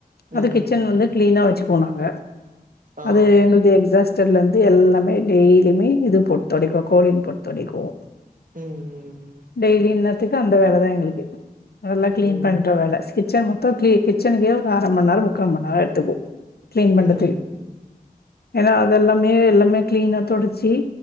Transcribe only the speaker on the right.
ம்
ஆ
ம் ம்
ம்
ம் ம்